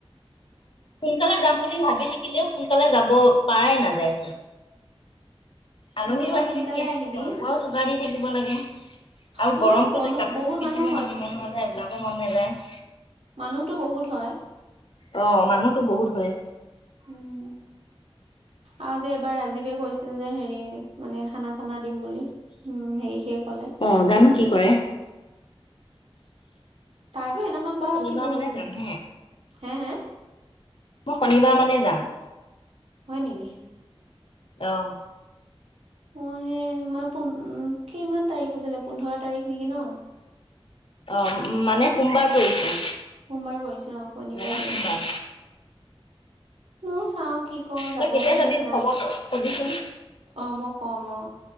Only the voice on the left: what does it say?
সোনকালে যাম বুলি ভাবি থাকিলেও সোনকালে যাব পৰাই নাযায় উ আলহিও
আহি
থাকি আছে
খোৱা বোৱাও যোগাৰ দি থাকিব লাগে <unintelligible> আৰু
গৰমতোত
এই কাপোৰো
পিন্ধিব
মন মন নাযায় যাব মন নাযায়। অ
অ মানুহতো বহুত হয়।
অ জানো কি কৰে।
মই
শনিবাৰ
মানে যাম হে
মই শনিবাৰ মানে যাম।
অহ।
অ মানে সোমবাৰ পৰিছে।
মেলা
সোমবাৰ
তই
কেতিয়া
যাবি
খবৰ কবিচোন